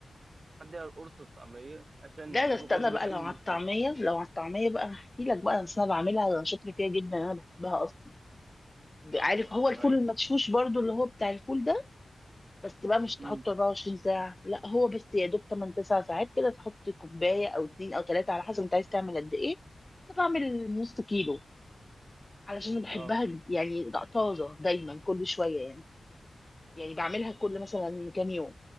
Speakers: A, on the right; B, on the left.
A: اديها القرص الطعميه عشان
B: لا
A: نعمله
B: ده لو استنى
A: برضه بيتعمل
B: بقى لو على
A: من
B: الطعمية
A: فوق
B: لو على الطعمية بقى هحكي لك بقى أصل أنا بعملها أنا شاطرة فيها جدا أنا بحبها أصلا
A: طب
B: عارف
A: هو
B: هو
A: سماعين
B: الفول المدشوش برضو اللي هو بتاع الفول ده بس بقى مش تحطه
A: امم
B: 24 ساعة لا هو بس يا دوب 8 9 ساعات كده تحط كوباية أو اتنين أو تلاتة على حسب أنت عايز تعمل قد إيه أنا بعمل نص كيلو علشان أنا بحبها
A: اه
B: يعني طازة دايما كل شوية يعني يعني بعملها كل مثلا كام يوم